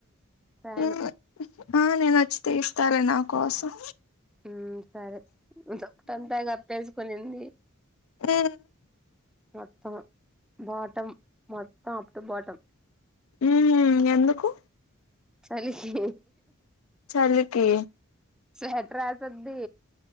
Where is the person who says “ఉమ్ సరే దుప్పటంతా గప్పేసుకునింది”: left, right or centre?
Centre